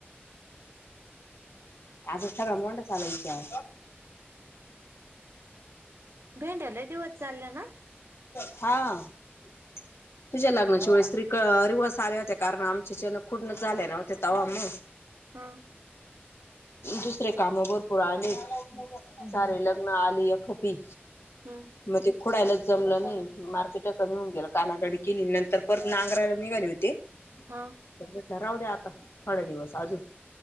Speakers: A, on the left (about 85°); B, on the right (about 80°).
A: आता सगळं मोंडा चालच्या.
B: भेंड्या लई दिवस चालल्या ना?
A: हा तुझ्या
B: मस्त
A: लग्नाची
B: हा
A: वेळा स्त्री कार रिवर्स आले होते कारण आमचे चनक खुडण झाले न होते तेव्हा मग
B: हां.
A: दुसरे कामं भरपूर आलेच, सारे
B: हम्म
A: लग्न आली एखट टी
B: हम्म
A: मग ते खोडायला जमलं नाही मार्केट कमी होऊन गेलं. कानागाडी केली, नंतर परत नांगरायला निघाले होते.
B: हा
A: <unintelligible> राहू द्या आता थोड दिवस अजून.